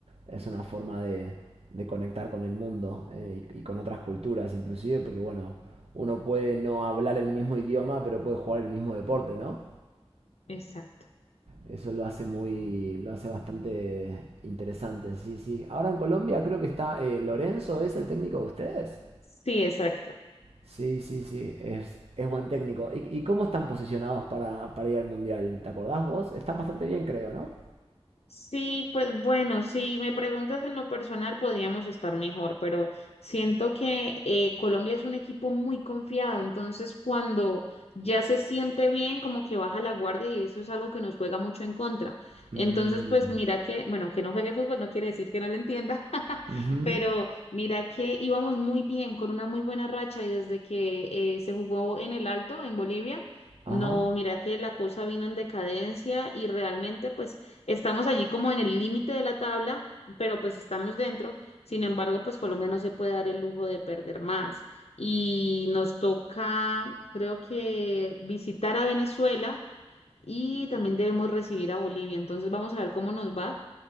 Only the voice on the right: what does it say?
es una forma de, de conectar con el mundo eh, y, y con otras culturas inclusive, porque bueno, uno puede no hablar el mismo idioma, pero puede jugar el mismo deporte, ¿no?
Eso lo hace muy, lo hace bastante interesante, sí, sí. Ahora en Colombia creo que está eh, Lorenzo, ¿es el técnico de ustedes?
Sí, sí, sí, es, es buen técnico. ¿Y, y cómo están posicionados para, para ir al Mundial? ¿Te acordás vos? Están bastante bien, creo, ¿no?
Mm,
ujú,
Ajá.